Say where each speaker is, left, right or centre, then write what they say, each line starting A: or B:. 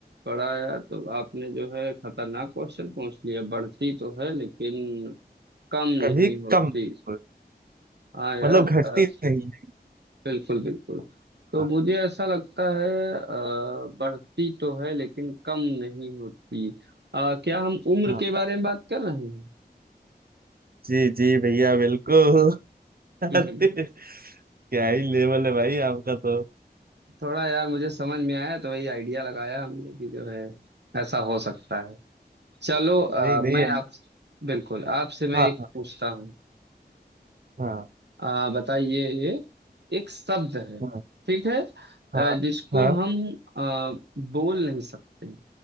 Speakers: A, on the right (about 85°); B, on the right (about 60°).
A: बड़ा यार तो आपने जो है खतरनाक क्वेश्चन पूछ लिया बढ़ती तो है लेकिन कम नहीं
B: कभी
A: होती
B: कम नहीं होती
A: हाँ यार
B: मतलब घटती
A: अ,
B: नहीं है
A: बिल्कुल बिल्कुल तो
B: हाँ
A: मुझे ऐसा लगता है अ, बढ़ती तो है लेकिन कम नहीं होती अ, क्या हम उम्र
B: हाँ।
A: के बारे में बात कर रहे हैं
B: जी जी भैया बिल्कुल <laughs>
A: हम्म,
B: अरे क्या ही लेवल है भाई आपका तो
A: थोड़ा यार मुझे समझ में आया तो वही आइडिया लगाया हमने कि जो है ऐसा हो सकता है चलो अ,
B: नहीं नहीं
A: मैं
B: है
A: आप बिल्कुल आपसे मैं
B: हाँ
A: एक पूछता हूँ
B: हाँ
A: आ, बताइए एक शब्द है
B: हाँ
A: ठीक है अ,
B: हाँ
A: जिसको
B: हाँ
A: हम आ, बोल नहीं सकते